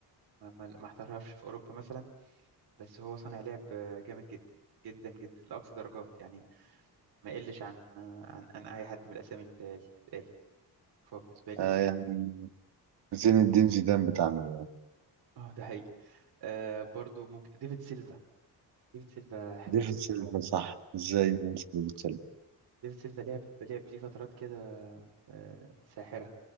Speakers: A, on the right; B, on the right.
A: ما, ما ما احترفش في اوروبا مثلا بس هو صانع لعب آه، جامد جدا جدا جدا لاقصى درجات يعني ما يقلش عن عن, عن اي حد من الاسامي اللي اللي اتقالت فهو بالنسبه لي
B: آه يعني زين الدين زيدان بتاعنا ده
A: اه ده هي آه برضو ممكن ديفيد سيلفا ديفيد سيلفا حلو
B: ديفيد سيلفا صح ازاي ننسى ديفيد سيلفا
A: ديفيد سيلفا لعب لعب ليه فترات كده آه ساحرة